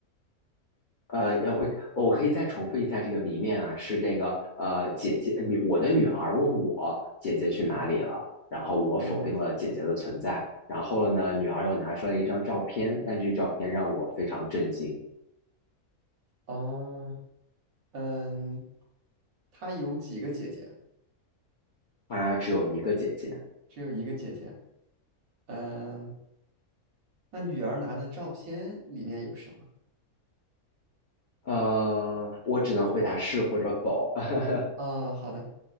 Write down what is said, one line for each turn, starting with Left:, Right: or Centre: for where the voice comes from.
Left: 呃，要我我可以再重复一下这个谜面啊，是这个呃，姐姐女我的女儿问我姐姐去哪里了，然后我否定了姐姐的存在，
Right: 嗯
Left: 然后了呢，女儿又拿出来一张照片，但这照片让我非常震惊，
Right: 哦嗯，她有几个姐姐？
Left: 她只有一个姐姐，
Right: 只有一个姐姐。嗯，那女儿拿的照片里面有什么？
Left: 呃，我只能回答是或者否，<laughs>
Right: 哦，好的。